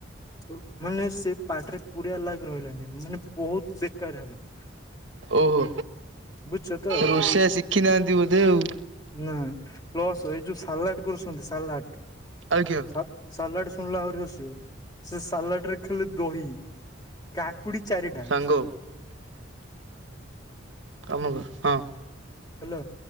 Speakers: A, on the left; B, on the right.
A: ଓ ମାନେ ସେ ପାଟିରେ ପୁରେଇବା ଲାଇକ୍ ରହିଲାନି ମାନେ ବହୁତ ବେକାର ହେଲା।
B: ଓହୋ
A: ବୁଝଛ ତ।
B: ରୋଷେଇଆ ଶିଖି ନାହାନ୍ତି ବୋଧେ ଆଉ।
A: ନା ପ୍ଲସ୍ ଏ ଯୋଉ ସାଲାଡ୍‌ କୁରୁଛନ୍ତି ସାଲାଡ୍‌
B: ଆଜ୍ଞା।
A: ଆ ସାଲାଡ ଶୁଣିଲେ ଆହୁରି ହସିବ ସେ ସାଲାଡ ରେ ଖାଲି ଦହି। କାକୁଡି ଚାରିଟା।
B: ସାଙ୍ଗ କାମ କର ହଁ।
A: ହେଲା